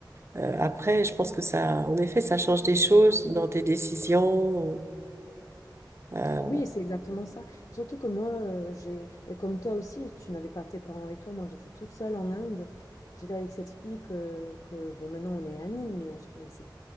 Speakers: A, on the right; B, on the left.
A: euh, après, je pense que ça, en effet, ça change des choses dans tes décisions. Euh,
B: Oui, c'est exactement ça. Surtout que moi, euh, j'ai, ben, comme toi aussi, tu n'avais pas tes parents avec toi. Moi, j'étais toute seule en Inde. J'étais avec cette fille que, que, bon, maintenant on est amis, mais on se connaissait,